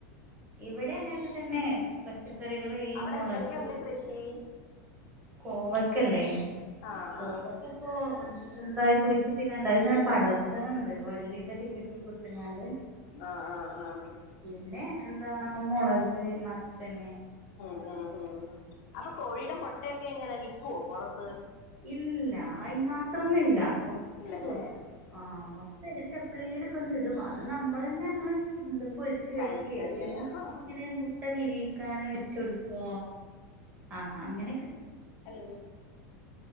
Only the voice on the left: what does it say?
അവിടെ
എന്തൊക്കെയുണ്ട് കൃഷി
ആഹ്
ആഹ്
ആഹ് ആഹ് ആഹ്
ഉം ഉ അപ്പൊ കോഴിയുടെ മൊട്ടൊക്കെ എങ്ങനാ വിക്കുവോ പുറത്ത്
ഇല്ലല്ലേ
കഴിക്കുംല്ലേ
ആഹ്
ഹലോ